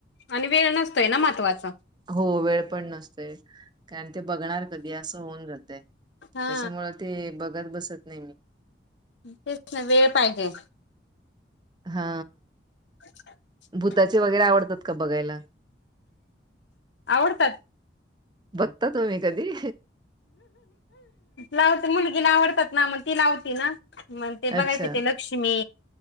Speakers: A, on the left; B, on the right.
A: आणि वेळ नसतोय ना महत्त्वाचा
B: हो वेळ पण नसतय कारण ते बघणार कधी असं होऊन जातय.
A: हा
B: त्याचमुळ ते बघत बसत नाही मी
A: तेच ना वेळ पाहिजे
B: हा
A: <inaudible>
B: भूताचे वगैरे आवडतात का बघायला
A: आवडतात
B: बघता तुम्ही कधी
A: लावते मुलगीला आवडतात ना मग ती लावती ना मण ते बघायचं
B: अच्छा
A: ते लक्ष्मी